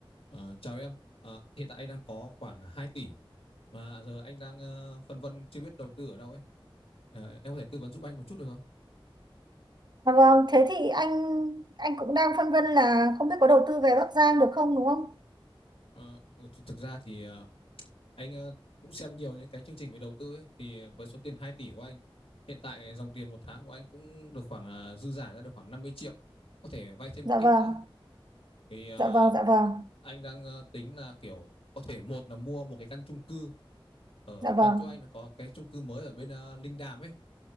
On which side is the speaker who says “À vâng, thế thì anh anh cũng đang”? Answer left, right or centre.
Right